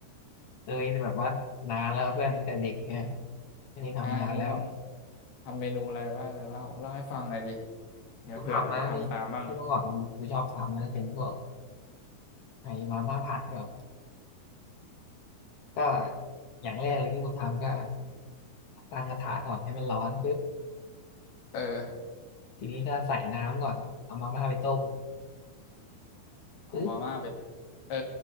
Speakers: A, on the left; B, on the left.
A: เคยแต่แบบว่านานแล้วเพื่อนตั้งแต่เด็กเนี่ยไม่ได้ทำนานแล้ว
B: อ่ามึงลองทำเมนูอะไรบ้างเดี๋ยวเล่าเล่าให้ฟังหน่อยดิเดี๋ยวเผื่อไปทำตามบ้าง
A: กูทำนะที่ที่เมื่อก่อนกูกูชอบทำนะเป็นพวกไอ้มาม่าผัดแบบก็อย่างแรกเลยที่กูทำก็ตั้งกระทะก่อนให้มันร้อนปุ๊บ
B: เออ
A: ทีนี้ก็ใส่น้ำก่อนเอามาม่าไปต้ม
B: เอามาม่าไป
A: ปุ๊บ
B: เออ